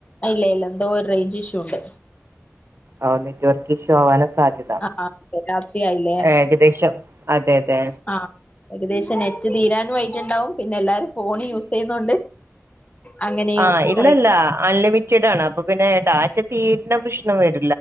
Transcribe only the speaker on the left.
ഇല്ല ഇല്ല എന്തോ ഒരു റേഞ്ച് ഇഷ്യൂ ഉണ്ട്
ആ രാത്രി ആയില്ലേ
ആ ഏകദേശം നെറ്റ് തീരാനും ആയിട്ടുണ്ടാവും പിന്നെ എല്ലാരും ഫോൺ യൂസ് ചെയ്യുന്നോണ്ട് അങ്ങനെയോ
റേ